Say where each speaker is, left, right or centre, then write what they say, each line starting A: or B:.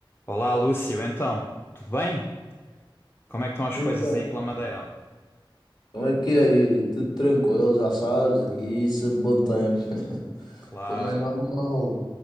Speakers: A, on the left; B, on the left.
A: Olá, Lúcio. Então, tudo bem? Como é que estão as
B: Então,
A: coisas aí pela Madeira?
B: como é que é, Yuri? Tudo tranquilo, já sabes, aqui sempre bom tempo. <laughs>
A: Claro.
B: Como é normal.